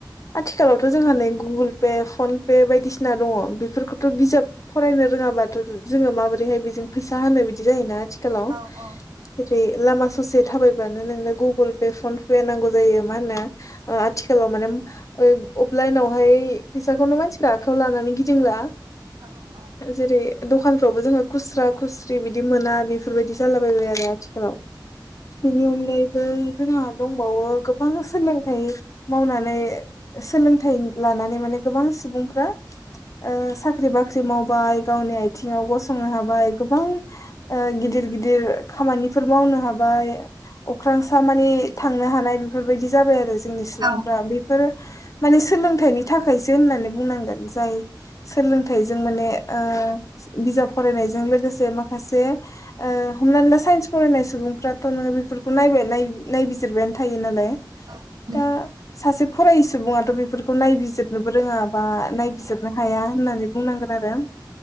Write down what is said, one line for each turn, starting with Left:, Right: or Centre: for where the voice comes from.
Left: आथिखालावथ' जोङो गुगुल पे फन पे बायदिसिना दङ बेफोरखौथ' बिजाब फरायनो रोङाबा जोङो माबोरैहाय बे फैसा होनो बिदि जायोना आथिखालाव
Right: औ औ
Left: जेरै लामा ससे थाबायबानो नोंनो गुगुल पे फन पे नांगौ जायो मा होनो आथिखालाव माने। अबलाइनावहाय फैसाखौनो मानसिफोरा आखायाव लानानै गिदिंला
Right: नंगौ औ
Left: जेरै दखानफ्रावबो जोङो खुस्रा-खुस्रि बिदि मोना बेफोरबायदि जालाबायबाय आरो आथिखाल बेनि अनगायै। बो जोंहा दंबावो गोबां सोलोंथाइ मावनानै सोलोंथाइ लानानै माने गोबां सुबुंफ्रा ओ साख्रि-बाख्रि मावबाय। गावनि आयथिङाव गसंनो हाबाय गोबां ओ गिदिर-गिदिर खामानिफोर मावनो नो हाबाय अख्रांसा मानि थांनो हानाय बेफोरबायदि जाबाय आरो। जोंनि सुबुंफ्रा
Right: औ
Left: बेफोर माने सोलोंथाइनि थाखायसो होननानै बुंनांगोन। जाय सोलोंथाय जों माने ओ बिजाब फरायनायजों लोगोसे माखासे ओ हमनानै ला साइन्स फरायनाय सुबुंफ्राथ' नोङो बेफोरखौ नायबाय नाय बिजिरबायानो थायो नालाय।
Right: <inaudible>
Left: दा सासे फरायै सुबुङाथ' बेफोरखौ नायबिजिरनोबो रोङा। बा नायबिजिरनो हाया होननानै बुंनांगोन आरो